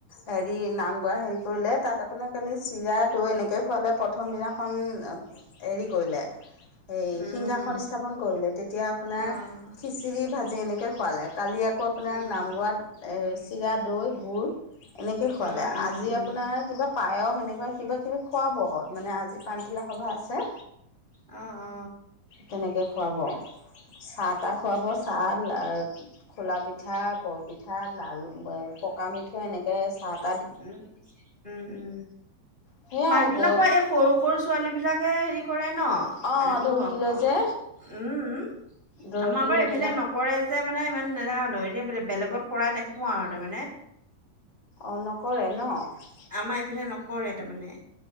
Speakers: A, on the left; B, on the right.
A: হেৰি, নাম গোৱা হেৰি কৰিলে। তাত আপোনাৰ তালি চিৰা দৈ এনেকে খোৱালে। প্ৰথম দিনাখন হেৰি কৰিলে এই
B: উম
A: সিংহাসন স্থাপন কৰিলে। তেতিয়া আপোনাৰ
B: অঁ
A: খিচিৰি ভাজি এনেকৈ খোৱালে। কালি আকৌ আপোনাৰ
B: উম
A: নামগোৱাত চিৰা-দৈ গুৰ। এনেকে খোৱালে।
B: উম উম
A: আজি
B: উম
A: আপোনাৰ কিবা পায়স সেনেকুৱা কিবাকিবি খুৱাব, মানে আজি পনীতোলা সভা আছে।
B: অ' অ'।
A: তেনেকে খুৱাব। চাহ-তাহ খুৱাব, চা লা খোলা পিঠা, বৰপিঠা, লাৰু, পকা মিঠৈ এনেকৈ চাট
B: উম। উম, উম।
A: সেয়াই
B: মানতোলা
A: গৈ
B: খোৱা এই সৰু সৰু ছোৱালী বিলাকে হেৰি কৰে ন',
A: অঁ
B: এনেকৈও
A: দৰকী
B: হওক
A: লৈ
B: অ'।
A: যে
B: উম।
A: দৰকী
B: আমাৰ বাৰ
A: লৈ
B: এইফালে
A: পেলাই
B: নক কৰে যে মানে ইমান <unintelligible> এনে বেলেগত কৰা দেখোঁ আৰু তাৰমানে।
A: অ' নকৰে ন'?
B: আমাৰ এইফালে নকৰে তাৰমানে,